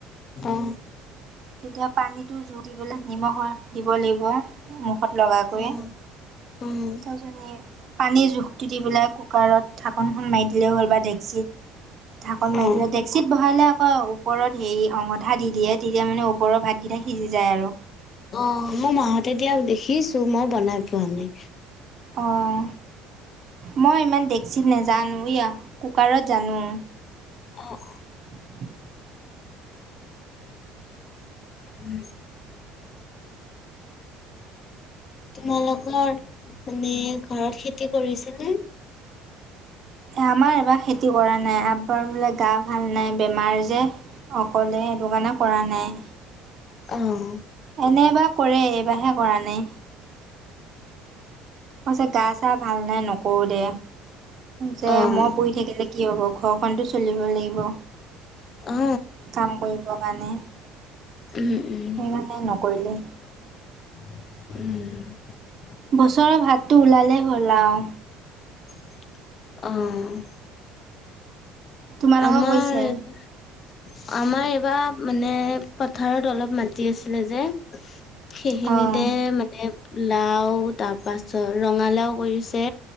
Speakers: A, on the left; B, on the right.
A: অ
B: তেতিয়া পানীটো জ দি পেলাই নিমখ দিব লাগিব মুখত লগাকৈ
A: অ', অ',
B: থাউজনি পানীৰ জোখটো দি পেলাই কুকাৰত ঢাকোনখন মাৰি দিলেই হ'ল বা দেক্সীত ঢাকোন মাৰি
A: অ'।
B: দিলে ডেক্সিত বহালে আকৌ ওপৰত হেৰি অঙঠা দি দিয়ে তেতিয়া মানে ওপৰৰ ভাতকেইটা সিজি যায় আৰু
A: অ মই মাহতে এতিয়া দেখিছো মই বনাই পোৱা নাই
B: অঁ মই ইমান ডেকচিত নেজানো দিয়া কুকাৰত জানোঁ।
A: অ
B: <inaudible>
A: উম। তোমালোকৰ মানে ঘৰত খেতি কৰিছে নে?
B: আমাৰ এবাৰ খেতি কৰা নাই আবাৰ বোলে গা ভাল নাই বেমাৰ যে অকলে সেইটো কাৰণে কৰা নাই।
A: অহ।
B: এনেবাৰ কৰে এইবাৰহে কৰা নাই। অ', গা চা ভাল নাই নকৰোঁ দে যে
A: অ',
B: মই পুহ থাকিলে। কি হ'ব ঘৰখনতটো চলিব লাগিব
A: অ',
B: কাম কৰিব কাৰণে।
A: উম, উম।
B: সেইকাৰণে নকৰিলে।
A: উম।
B: বছৰৰ ভাতটো ওলালে হ'ল আও।
A: অ'।
B: তোমালোকৰ
A: আমাৰ
B: কৈছে
A: এই আমাৰ এইবাৰ মানে পথাৰত অলপ মাটি আছিলে যে সেইখিনিতে
B: অঁ
A: মানে লাও তাৰ পাছত ৰঙালাও কৰিছে।